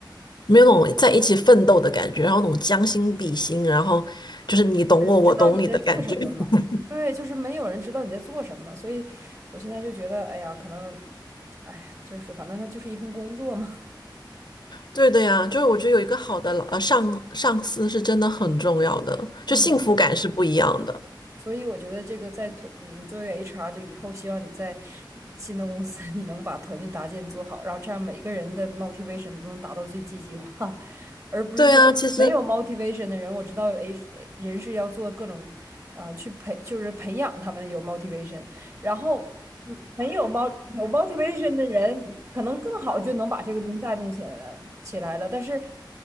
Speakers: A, on the left; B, on the right.
A: 没有那种在一起奋斗的感觉，然后那种将心比心，然后就是你懂我，
B: 只知道你在做什么嘛。
A: 我懂你的感觉。<laughs>
B: 对，就是没有人知道你在做什么，所以我现在就觉得，哎呀，可能，哎呀，就是反正它就是一份工作嘛。
A: 对的呀，就是我觉得有一个好的老呃上上司是真的很重要的，就幸福感是不一样的。
B: 嗯，所以我觉得这个在团，嗯你作为 HR，就以后希望你在嗯新的公司，你能把团队搭建做好，然后这样每个人的 motivation 都能达到最积极化，<laughs> 而不是说没有
A: 对啊，其实
B: motivation 的人，我知道 H 人是要做各种，呃，去培就是培养他们有 motivation，然后嗯没有 mo 有 motivation 的人，可能更好就能把这个东西带动起来了起来了，但是